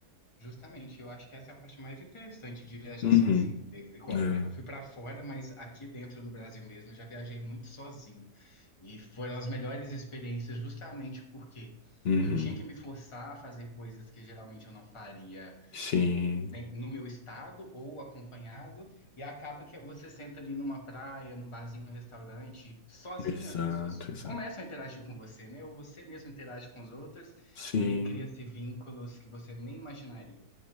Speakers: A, on the left (about 20°); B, on the left (about 60°).
A: Justamente, eu acho que essa é a parte mais interessante de viajar
B: Uhum,
A: sozinho. É- Igual,
B: é,
A: eu nunca fui para fora, mas aqui dentro do Brasil mesmo eu já viajei muito sozinho. E foram as melhores experiências justamente porque
B: uhum,
A: eu tinha que me forçar a fazer coisas que geralmente eu não faria
B: sim,
A: é, den- no meu estado ou acompanhado, e acaba que você senta ali numa praia, num barzinho, num restaurante, sozinho
B: exato,
A: as pessoas
B: exato,
A: começam a interagir com você, né? Ou você mesmo interage com os outros,
B: sim,
A: e aí cria-se vínculos que você nem imaginaria.